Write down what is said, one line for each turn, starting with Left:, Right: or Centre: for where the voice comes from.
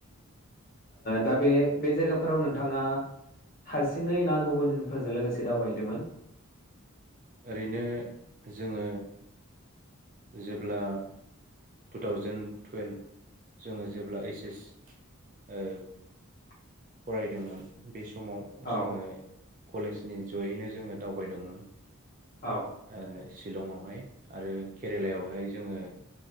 Left: दा बे बे जायगाफोराव नोंथाङा हारसिङै ना गुबुनफोरजों लोगोसे दावबायहैदोंमोन
Right: ओरैनो जोङो जेब्ला टु थावजेेन टुवेल्भ जोङो जेब्ला ओइस एस ओ
Left: <inaudible>
Right: फरायदोंमोन बे समाव
Left: औ
Right: जोङो कलेजनि जयैनो जोङो दावबायदोंमोन
Left: औ
Right: आ शिलंआवहाय आरो केरेलायावहाय जोङो